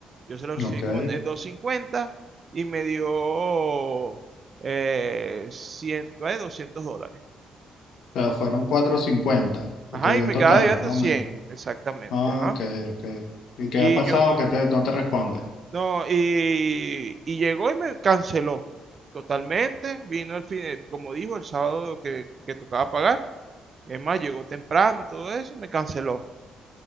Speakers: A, on the right (about 45°); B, on the left (about 70°).
A: Yo se lo recibí
B: Ok,
A: como
B: o
A: en en 250 y me dio eh, 100, eh, 200 dólares.
B: sea, fueron 4.50
A: Ajá,
B: que te dio
A: y me
B: en total,
A: quedaba debiendo
B: más
A: 100,
B: o menos.
A: exactamente.
B: Ah,
A: Ajá.
B: ok, ok. ¿Y qué
A: Y
B: ha pasado
A: yo,
B: que te, no te responde?
A: no, y, y llegó y me canceló totalmente. Vino el fin, eh, como dijo, el sábado que, que tocaba pagar. Es más, llegó temprano, todo eso, me canceló.